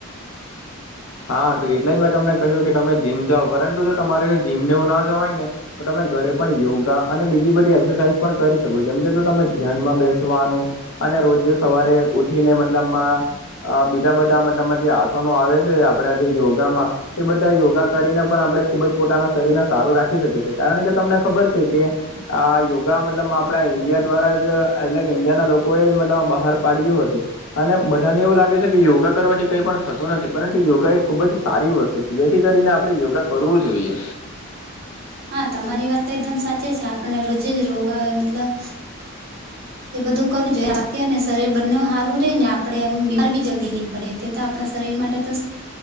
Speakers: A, on the left (about 80°); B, on the right (about 45°).
A: હા તો એટલે જ મેં તમને કહ્યું કે તમે જીમ જાઓ પરંતુ જો તમારે જીમ ને એવું ના જવાય ને તો તમે ઘરે પણ યોગા અને બીજી બધી એક્સરસાઇઝ પણ કરી શકો જેમ કે જો તમે ધ્યાનમાં બેસવાનું અને રોજ સવારે ઉઠીને મતલબમાં અ બીજા બધા મતલબમાં જે આસનો આવે છે આપડા જે યોગામાં એ બધા યોગા કરીને પણ આપડે ખુબ જ પોતાના શરીરને સારું રાખી શકીએ છે કારણ કે તમને ખબર છે કે આ યોગા મતલબ આપડા ઈન્ડિયા દ્વારા જ એટલે ઈન્ડિયા ના લોકોએ મતલબ બહાર પાડયું હતું અને બધાને એવું લાગે છે કે યોગા કરવાથી કઈ પણ થતું નથી પર યોગા એ ખુબ જ સારી વસ્તુ છે જેથી કરીને આપડે યોગા કરવું જોઈએ
B: હા તમારી વાત તો એકદમ સાચી છે આપણને રોજે રોગ મતલબ એ બધું કરવું જોઈએ <inaudible> શરીર બંને સારું રે ને આપડે એમ બીમારી જલ્દી ની પડ્યે તે તો આપડા શરીર માટે તો